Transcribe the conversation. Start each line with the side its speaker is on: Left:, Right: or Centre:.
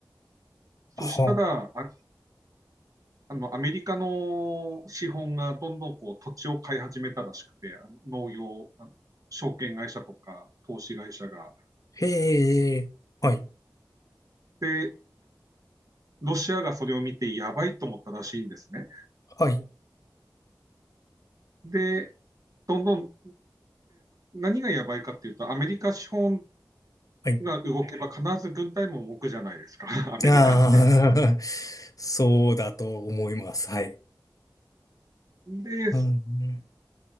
Right: そしたら、
Left: はあ、
Right: あ、あの、アメリカの資本がどんどんこう土地を買い始めたらしくて、あの農業、あの証券会社とか投資会社が。
Left: へえ、はい、
Right: で、ロシアがそれを見てやばいと思ったらしいんですね。
Left: はい、
Right: で、どんどん何がやばいかっていうと、アメリカ資本
Left: はい。
Right: が動けば必ず軍隊も動くじゃないですか、<laughs> アメリカって。
Left: ああ、<laughs> そうだと思います。はい。
Right: で、
Left: うん、